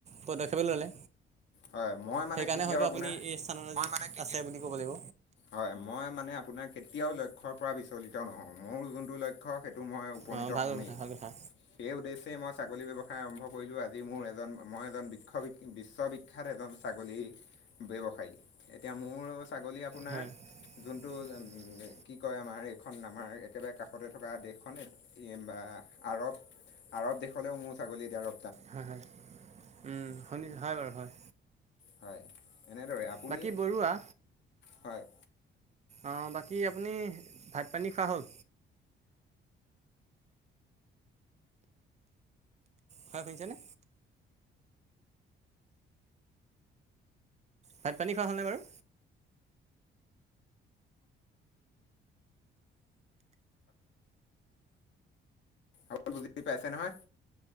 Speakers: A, on the right; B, on the left.
A: পদক্ষেপে ল'লে।
B: হয় মই মানে
A: সেইকাৰণে
B: কেতিয়াও
A: হয়তো
B: আপোনাৰ
A: আপুনি এই স্থানত মানে আছে বুলি ক'ব লাগিব।
B: হয় মই মানে আপোনাৰ কেতিয়াও লক্ষ্যৰ পৰা বিচলিত নহওঁ মোৰ যোনটো লক্ষ্য সেই মই উপনীত
A: অঁ ভাল
B: হমেই
A: কথা ভাল কথা
B: সেই উদ্দেশ্যে মই ছাগলী ব্যৱসায় আৰম্ভ কৰিলোঁ আজি মোৰ এজন মই এজন বিশ বিশ্ববিখ্যাত এজন ছাগলী। ব্যৱসায়ী এতিয়া মোৰ ছাগলী আপোনাৰ
A: হয়
B: যোন
A: <inaudible>
B: কি কয় আমাৰ এইখন আমাৰ একেবাৰে কাষতে থকা দেশখনে বা আৰৱ। আৰৱ দেশলৈও মোৰ ছাগলী দিয়া আৰু
A: হয় হয় উ শুনি হয় বাৰু হয়।
B: হয় এনেদৰে আপুনি
A: বাকী বৰুৱা
B: হয়।
A: অঁ বাকী আপুনি ভাত পানী খোৱা হ'ল। হয় শুনিছেনে। ভাত পানী খোৱা হ'ল নে বাৰু।
B: হেল্ল বুজি পাইছে নহয়।